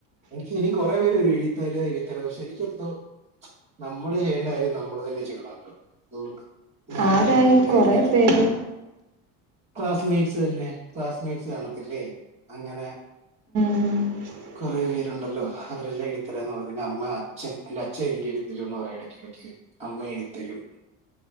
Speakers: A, on the right; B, on the right.
A: എനിക്ക് ഇനി കൊറേ പേര് വരും എഴുതിത്തരാ എഴുതിത്തരാ പക്ഷെ എനിക്കെന്തോ നമ്മള് ചെയ്യേണ്ട കാര്യം നമ്മള് തന്നെ ചെയ്യണല്ലോ അതുകൊണ്ട് ഞാൻ
B: ആരായി
A: തന്നെ എല്ലാം
B: കുറെ
A: ഇരുന്ന് എഴുതും
B: പേര്
A: ക്ലാസ്മേറ്റ്സ് തന്നെ ക്ലാസ്മേറ്റ്സ് കാണത്തില്ലേ അങ്ങനെ
B: ഉം
A: കുറേ പേരുണ്ടല്ലോ അവരെല്ലാം എഴുതിത്തരാന്ന് പറഞ്ഞു പിന്നെ അമ്മ അച്ഛൻ എന്റെ അച്ഛൻ എനിക്ക് എഴുതിത്തരുമെന്ന് പറയും ഇടക്കിടക്ക് അമ്മ എഴുതിത്തരും